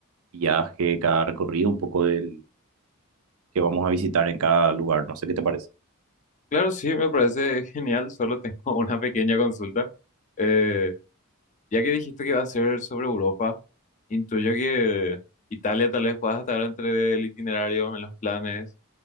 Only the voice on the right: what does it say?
viaje, cada recorrido, un poco del que vamos a visitar en cada lugar. No sé qué te parece.